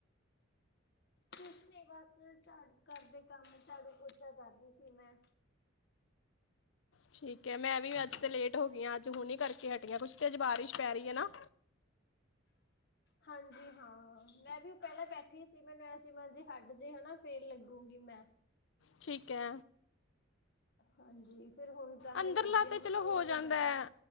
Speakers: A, on the left; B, on the left.
A: ਕੁੱਛ ਨੀ ਬਸ ਝਾੜੂ ਘਰ ਦੇ ਕੰਮ ਝਾੜੂ ਪੋਚਾ ਕਰਦੀ ਸੀ ਮੈਂ।
B: ਠੀਕ ਹੈ ਮੈਂ ਵੀ ਅੱਜ ਤੇ ਲੇਟ ਹੋ ਗਈ ਹਾਂ ਅੱਜ ਹੁਣੇ ਹੀ ਕਰਕੇ ਹਟੀ ਹਾ ਕੁੱਛ ਤੇ ਅੱਜ ਬਾਰਿਸ਼ ਪੈ ਰਹੀ ਏ ਨਾ।
A: ਹਾਂਜੀ ਹਾਂ ਮੈਂ ਵੀ ਪਹਿਲੇ ਬੈਠੀ ਸੀ ਮੈਨੂੰ ਐਸੀ ਗਾ ਹੱਟ ਜੇ ਹਨਾ ਫੇਰ ਲੱਗੂਗੀ ਮੈਂ
B: ਠੀਕ ਹੈ।
A: ਹਾਂਜੀ ਫਿਰ ਹੁਣ ਤਾਂ ਹੀ
B: ਅੰਦਰ
A: ਲੱਗੀ
B: ਲਾ
A: ਆ
B: ਤੇ
A: ਮੈਂ
B: ਚਲੋ
A: ਹੁਣ
B: ਹੋ
A: ਨੀ
B: ਜਾਂਦਾ
A: ਹਟਣਾ
B: ਐ।